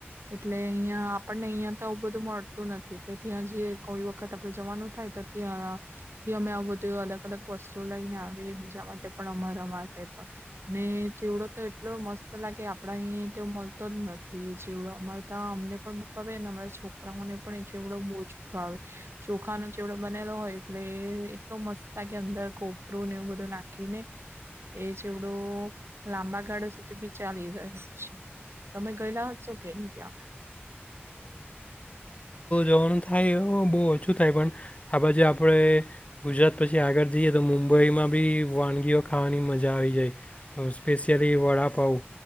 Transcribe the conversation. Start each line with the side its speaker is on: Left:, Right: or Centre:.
Right: એટલે અહિયાં આપણને અહિયાં તો બધું મળતું નથી એટ ત્યાં જે કોઈ વખત આપડ જવાનું થાય તો ત્યાં થી અમે આવું બધું અલગ અલગ વસ્તુઓ લઈને આવે બીજા માટે પણ અમારા માટે પણ ને ચેવડો તો એટલો મસ્ત લાગે આપ આપ અહી તો મળતો જ નથી જેવડો અમારા ત અમને પણકાવેને અમારા છોકરાઓને પણ એ જેવડો બોજ ભાવે ચોખા નો ચવડો બનેલો હોય એટલે એટલો મસ્ત થ કે અંદર ખોપરું ને એવું બધું નાખીને એ જેવડું લાંબા ગાળો સુધી બી ચાલી રહ છે તમે ગયેલા હશો કે નહી ત્યાં
Left: વણ થાય એ બહુ ઓછું થાય પણ આ બાજુ આપણે ગુજરાત પછી આગળ જઈએ તો મુંબઈમાં બી વાનગીઓ ખાવાની મજા આવી જાય સ્પેશિયલી વડાપાઉ